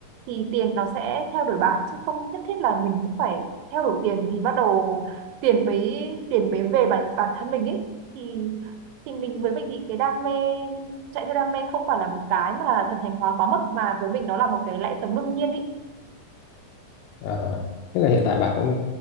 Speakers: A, on the right; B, on the left.
A: thì tiền nó sẽ theo đuổi bạn chứ không nhất thiết là mình cũng phải theo đuổi tiền thì bắt đầu tiền mới tiền mới về bản bản thân mình ấy thì thì mình với mình thì cái đam mê chạy theo đam mê không phải là một cái mà thần thánh hóa quá mức mà với mình nó là một cái lẽ sống đương nhiên ý
B: Ờ, Thế là hiện tại bạn cũng